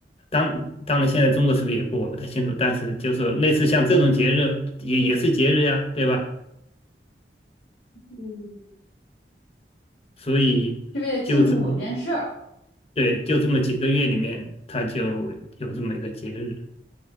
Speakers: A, on the left (about 35°); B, on the left (about 70°).
A: 当当然现在中国是不是也过，我不太清楚，但是就是说类似像这种节日也也是节日呀，对吧？
B: 嗯，
A: 所以就这么
B: 是为了庆祝某件事儿。
A: 对，就这么几个月里面，它就有这么一个节日，